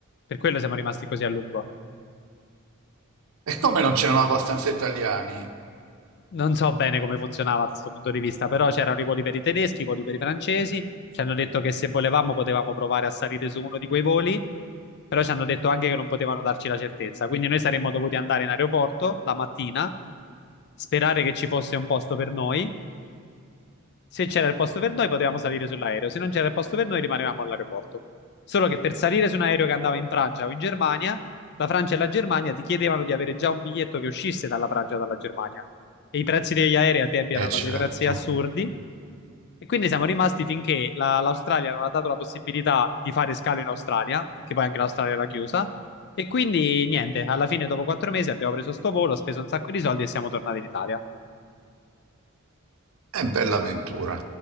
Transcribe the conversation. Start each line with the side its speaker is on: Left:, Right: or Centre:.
Left: Per quello siamo rimasti così a lungo.
Right: E come non c'erano abbastanza italiani?
Left: non so bene come funzionava da questo punto di vista, però c'erano i voli per i tedeschi, i voli per i francesi. Ci hanno detto che se volevamo potevamo provare a salire su uno di quei voli, però ci hanno detto anche che non potevano darci la certezza. Quindi noi saremmo dovuti andare in aeroporto la mattina, sperare che ci fosse un posto per noi se c'era il posto per noi, potevamo salire sull'aereo, se non c'era il posto per noi, rimanevamo all'aeroporto. Solo che per salire su un aereo che andava in Francia o in Germania, la Francia e la Germania ti chiedevano di avere già un biglietto che uscisse dalla Francia o dalla Germania. E i prezzi degli aerei a tempi
Right: Eh
Left: erano
Right: certo,
Left: dei prezzi assurdi. E quindi siamo rimasti finché la- l'Australia non ha dato la possibilità di fare scalo in Australia, perché poi anche l'Australia era chiusa. E quindi niente, alla fine, dopo quattro mesi, abbiamo preso sto volo, speso un sacco di soldi e siamo tornati in Italia.
Right: è bella avventura.